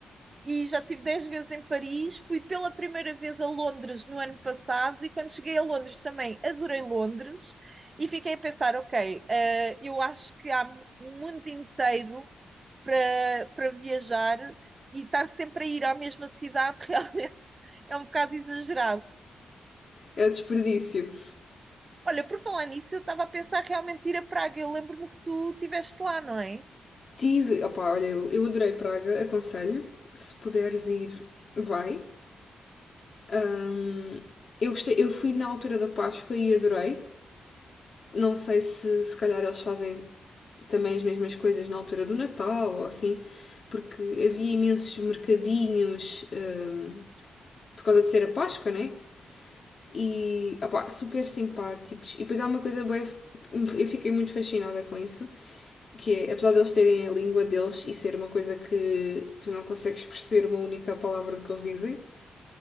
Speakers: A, on the right (about 40°); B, on the left (about 60°).
A: E já tive 10 vezes em Paris, fui pela primeira vez a Londres no ano passado e quando cheguei a Londres também adorei Londres e fiquei a pensar, ok, uh, eu acho que há um mundo inteiro para, para viajar e estar sempre a ir à mesma cidade <laughs> realmente é um bocado exagerado.
B: é desperdício.
A: Olha, por falar nisso, eu estava a pensar realmente ir a Praga. Eu lembro-me que tu estiveste lá, não é?
B: Tive. opa olha, eu, eu adorei Praga, aconselho. Se puderes ir, vai. Ahm, eu gostei, eu fui na altura da Páscoa e adorei. Não sei se se calhar eles fazem também as mesmas coisas na altura do Natal ou assim, porque havia imensos mercadinhos hum, por causa de ser a Páscoa, né? E opá, super simpáticos. E depois há uma coisa boa, eu fiquei muito fascinada com isso, que é, apesar de eles terem a língua deles e ser uma coisa que tu não consegues perceber uma única palavra do que eles dizem,